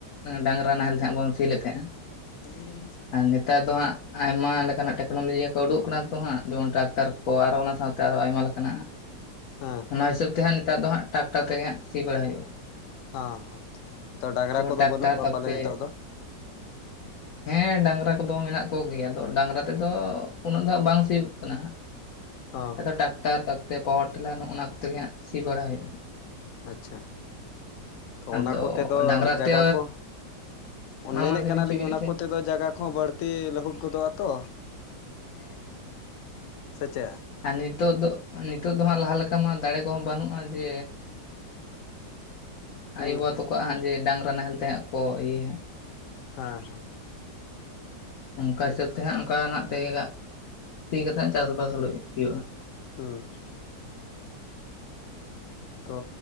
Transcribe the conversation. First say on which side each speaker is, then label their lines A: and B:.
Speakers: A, on the left (about 55°); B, on the left (about 80°).
A: ᱰᱟᱝᱨᱟ ᱱᱟᱦᱮᱞ ᱛᱮ ᱦᱮᱸᱜ ᱵᱚᱱ ᱥᱤ ᱞᱮ ᱛᱟᱦᱮᱸᱜᱼᱟ
B: <inaudible>
A: ᱟᱨ ᱱᱮᱛᱟᱨ ᱫᱚ ᱦᱟᱸᱜ ᱟᱭᱢᱟ ᱞᱮᱠᱟᱱᱟᱜ ᱴᱮᱠᱱᱳᱞᱚᱡᱤ ᱠᱚ ᱩᱰᱩᱠ ᱠᱟᱱᱟ ᱛᱚ ᱦᱟᱸᱜ ᱡᱮᱢᱚᱱ ᱴᱟᱠᱴᱟᱨ ᱠᱚ ᱟᱨᱚ ᱚᱱᱟ ᱥᱟᱶᱛᱮ ᱟᱨᱚ ᱟᱭᱢᱟ ᱞᱮᱠᱟᱱᱟᱜ
B: ᱦᱮᱸ
A: ᱚᱱᱟ ᱦᱤᱥᱟᱹᱵ ᱛᱮ ᱦᱟᱸᱜ ᱱᱮᱛᱟᱨ ᱫᱚ ᱦᱟᱜ ᱴᱟᱠᱴᱟᱨ ᱛᱮᱜᱮ ᱦᱟᱜ ᱥᱤ ᱵᱟᱲᱟ ᱦᱳᱭᱳᱼᱟ
B: ᱚ ᱛᱚ ᱰᱟᱝᱨᱟ ᱠᱚᱫᱚ
A: ᱴᱨᱟᱠᱴᱟᱨ
B: ᱵᱟᱹᱱᱩᱜ ᱠᱚᱣᱟ
A: ᱛᱟᱯᱚᱛᱮ
B: ᱯᱟᱞᱮ ᱱᱤᱛᱚᱜ ᱫᱚ
A: <inaudible> ᱦᱮᱸ ᱰᱟᱝᱨᱟ ᱠᱚᱫᱚ ᱢᱮᱱᱟᱜ ᱠᱚᱜᱮᱭᱟ ᱟᱫᱚ ᱰᱟᱝᱨᱟ ᱛᱮᱫᱚ ᱩᱱᱟᱹᱜ ᱫᱚ ᱦᱟᱜ ᱵᱟᱝ ᱥᱤᱭᱳᱜ ᱠᱟᱱᱟ ᱦᱟᱸᱜ
B: ᱦᱚᱸ
A: ᱱᱮᱛᱟᱨ ᱴᱟᱠᱴᱟᱨ ᱛᱟ ᱯᱚᱛᱮ ᱯᱟᱣᱟᱨ ᱴᱮᱞᱟᱨ ᱱᱚᱜᱼᱚ ᱚᱱᱟ ᱠᱚᱛᱮᱜ ᱜᱮ ᱦᱟᱸᱜ ᱥᱤ ᱵᱟᱲᱟ ᱦᱳᱭᱳᱜᱼᱟ ᱦᱟᱸ
B: ᱟᱪᱪᱷᱟ ᱛᱚ
A: ᱟᱫᱚ
B: ᱚᱱᱟ ᱠᱚ ᱛᱮᱫᱚ
A: ᱰᱟᱝᱨᱟ
B: ᱡᱟᱭᱜᱟ
A: ᱛᱮ
B: ᱠᱚ
A: ᱢᱟ
B: ᱢᱮᱱᱮᱫ
A: ᱢᱟ ᱞᱟᱹᱭ
B: ᱠᱟᱱᱟᱞᱤᱧ
A: ᱵᱤᱱ ᱪᱮᱫ ᱵᱤᱱ ᱞᱟᱹᱭᱮᱫ
B: ᱚᱱᱟ
A: ᱛᱟᱦᱮᱸᱫ
B: ᱠᱚᱛᱮᱫᱚ ᱡᱟᱜᱟ ᱠᱚ ᱵᱟᱹᱲᱛᱤ ᱞᱟᱹᱦᱩᱫ ᱜᱚᱫᱚᱼᱟ ᱛᱚ
A: ᱦᱮᱸ ᱦᱮᱸ ᱦᱮᱸ
B: ᱥᱮᱪᱮᱫ
A: ᱟᱨ ᱱᱤᱛᱚᱜ ᱫᱚ ᱱᱤᱛᱚᱜ ᱫᱚ ᱦᱟᱸᱜ ᱞᱟᱦᱟ ᱞᱮᱠᱟ ᱢᱟ ᱫᱟᱲᱮ ᱠᱚᱦᱚᱸ ᱵᱟᱹᱱᱩᱜᱼᱟ ᱡᱮ
B: ᱦᱩᱸ
A: ᱟᱭᱳᱼᱵᱟᱵᱟ
B: ᱦᱩᱸ
A: ᱛᱟᱠᱚᱣᱟᱜ
B: ᱦᱩᱸ
A: ᱦᱟᱸ ᱡᱮ ᱰᱟᱝᱨᱟ ᱱᱟᱦᱮᱞ ᱛᱮᱦᱟᱜ ᱠᱚ ᱤᱭᱟᱹᱭᱟ
B: ᱦᱮᱸ ᱦᱮᱸ
A: ᱚᱱᱠᱟ
B: ᱴᱷᱤᱠ
A: ᱦᱤᱥᱟᱹᱵ
B: ᱴᱷᱤᱠ
A: ᱛᱮ ᱦᱟᱸᱜ ᱚᱱᱠᱟᱱᱟᱜ ᱜᱟᱜ ᱛᱮᱜᱮ ᱦᱟᱜ ᱪᱟᱥᱼᱵᱟᱥ ᱦᱩᱭᱩᱜ ᱦᱩᱭᱩᱜᱼᱟ
B: ᱦᱩᱸ ᱛᱚ